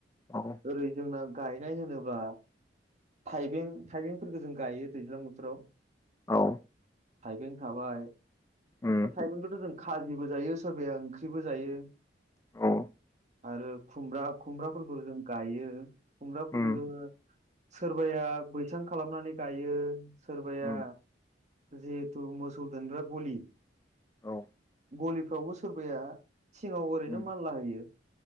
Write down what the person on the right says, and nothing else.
ओरै जोंना गायनाय होनोब्ला थाइबें थाइबेंफोरखौ जों गायो दैज्लां बोथोराव।
थाइबें थाबाय
थाइबेंखौथ' जों खाजिबो जायो सोरबाया ओंख्रिबो जायो।
आरो खुमब्रा खुमब्राफोरखौ जों गायो खुमब्राफोरखौ
जोङो सोरबाया बैसां खालामनानै गायो। सोरबाया
जिहेथु मोसौ गुमग्रा गलि
गलिफ्रावबो सोरबाया सिङाव ओरैनो
मालला होयो।